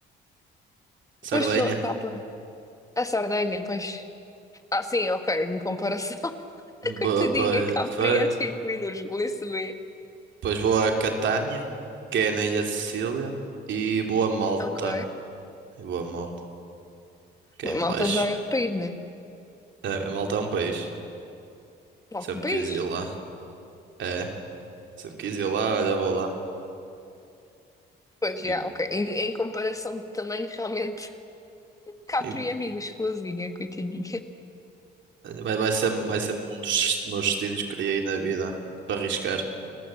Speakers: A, on the right (about 70°); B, on the left (about 15°).
A: Sardenha.
B: Pois estou está por. A Sardenha, pois. Ah, sim, ok, em comparação. <laughs>
A: Boa,
B: A coitadinha
A: pois,
B: Capri
A: pois.
B: é 5 minutos, nem se vê.
A: Depois vou a Catânia, que é na Ilha de Sicília, e vou a Malta.
B: Ok.
A: E vou a Malta, que
B: Malta
A: é em baixo.
B: já é de país, né?
A: É, a Malta é um país.
B: Não,
A: Sempre
B: de país.
A: quis ir lá. É, sempre quis ir lá, olha, vou lá.
B: Pois, já,
A: E,
B: ok. Em, em comparação de tamanho, realmente, <laughs> Capri
A: e
B: é amigo, coitadinha.
A: olha, vai, vai ser, vai ser um dos meus destinos que criei na vida para arriscar.